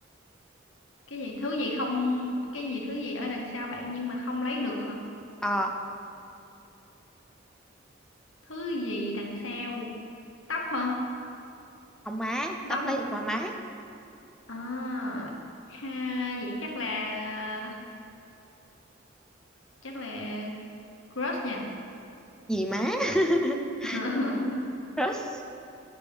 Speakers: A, on the left; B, in the centre.
A: cái gì thứ gì không cái gì thứ gì ở đằng sau bạn nhưng mà không lấy được hả
B: Ờ
A: thứ gì đằng sau tóc hả
B: không má
A: Cái
B: Tóc
A: tóc
B: lấy
A: không
B: được mà má
A: à ha vậy chắc là à, chắc là crush nha
B: Gì má <laughs>
A: <laughs>
B: Crush